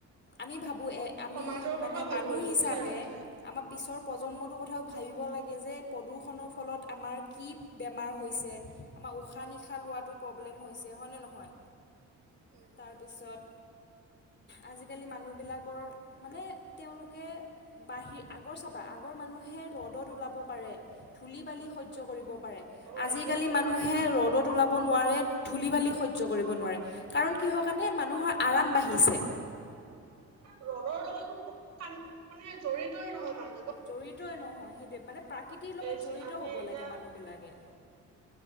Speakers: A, on the left; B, on the right.
A: আমি ভাবোঁ এ- আমি
B: সমাজৰ
A: মানে
B: কথাও ভাবিব
A: মানু্হ
B: লাগিব
A: হিচাপে
B: বুজিছা নে নাই
A: আমাৰ পিছৰ প্ৰজন্মটো কথাও ভাবিব লাগে যে প্ৰদূষণৰ ফলত আমাৰ কি বেমাৰ হৈছে, আমাৰ উশাহ-নিশাহ লোৱাতো প্ৰব্লেম হৈছে, হয়নে নহয়?
B: হয় হয়
A: তাৰপিছত আজিকালি মানুহবিলাকৰ মানে তেওঁলোকে বাহিৰ- আগৰ চাবা, আগৰ মানুহে ৰ'দত ওলাব পাৰে, ধূলি-বালি স হ্য কৰিব পাৰে।
B: অ
A: আজিকালি
B: এতিয়া কি
A: মানুহে
B: নোৱাৰে
A: ৰ'দত ওলা ব নোৱাৰে, ধুলি-বালি সহ্য কৰিব নোৱাৰে। কাৰণ কিহৰ কাৰণে? মানুহৰ আৰাম বাঢ়িছে।
B: ৰ'দৰ লগত একো কা- মানে জড়িতই নহয় মানুহ
A: জড়িতই নহয়, সেইটোৱে। মানে প্ৰাকৃতিৰ লগত
B: এ চি
A: জড়িত
B: আমি
A: হব
B: এতিয়া
A: লাগে মানুহবিলাকে।